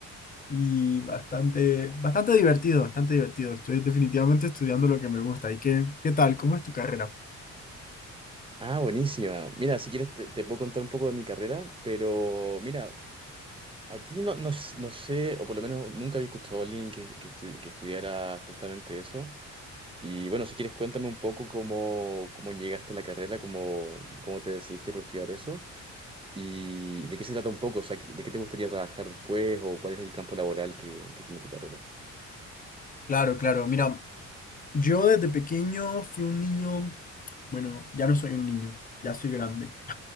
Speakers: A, on the left; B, on the right.
A: Y bastante, bastante divertido, bastante divertido. Estoy definitivamente estudiando lo que me gusta. ¿Y qué, qué tal? ¿Cómo es tu carrera?
B: Ah, buenísima. Mira, si quieres te, te puedo contar un poco de mi carrera, pero mira, aquí no, no, s- no sé, o por lo menos nunca había escuchado a alguien que, que, estu- que estudiara justamente eso. Y bueno, si quieres cuéntame un poco cómo, cómo llegaste a la carrera, cómo, cómo te decidiste por estudiar eso. ¿Y de qué se trata un poco? O sea, ¿de qué te gustaría trabajar después o cuál es el campo laboral que, que tiene tu carrera?
A: Claro, claro. Mira, yo desde pequeño fui un niño, bueno, ya no soy un niño, ya soy grande.